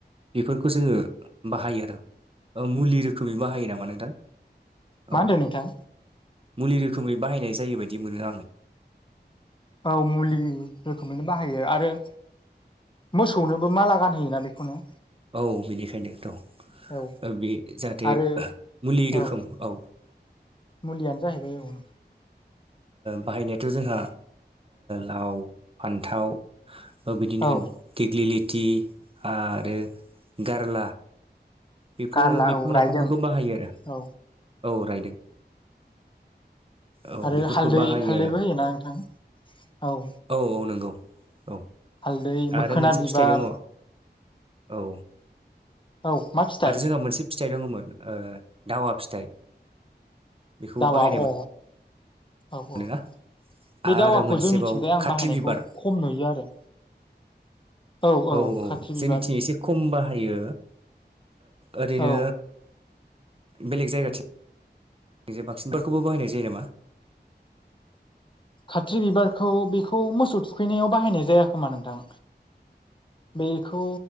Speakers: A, on the right; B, on the left.
A: बेफोरखौ जोङो बाहायो आरो मुलि रुखुमै बाहायो नामा नोंथां
B: मा
A: औ
B: होनदों नोंथां
A: मुलि रोखोमै बाहायनाय जायो बायदि मोनो आङो
B: औ मुलि रोखोमैनो बाहायो आरो मोसौनोबो माला गानहयोना बेखौनो
A: औ बेनिखायनो द'
B: औ
A: बे जाहाथे
B: आरो
A: मुलि रोखोम
B: औ
A: औ
B: मुलियानो जाहैबाय औ
A: बाहायनायाथ' जोंहा लाव फान्थाव बिदिनो
B: औ
A: दिग्लिलिटि आरो गारला बेफोर
B: गारला
A: बिफां
B: औ
A: लाइफांफोरखौ
B: रायदों
A: बाहायो आरो
B: औ
A: औ रायदों औ
B: आरो
A: बेफोरखौ
B: हालदै
A: बाहायो
B: हालदैबो होयोना नोंथां औ
A: औ-औ नंगौ औ
B: हालदै मोखोना
A: आरो मोनसे
B: बिबार
A: फिथाइ दङ औ
B: औ मा फि
A: आरो जोंहा मोनसे फिथाइ दङमोन दावा फिथाइ बेखौबो
B: दावआ
A: बाहायनाय
B: अ औ-औ
A: मोनोना
B: बे
A: आरो
B: दावाखौ
A: मोनसेबाव
B: जोंनिथिंजाय आं
A: खाथ्रि
B: बाहायनायखौ
A: बिबार
B: खम नुयो आरो औ-औ
A: औ औ
B: खाथ्रि बिबार
A: जोंनिथिं एसे खम बाहायो ओरैनो
B: औ
A: बेलेग जाया। बेे बांसिनफोरखौबो बाहायनाय जायो नामा?
B: खाथ्रि बिबारखौ बेखौ मोसौ थुखैनायाव बाहायनाय जाय खोमा नोंथां? बेखौ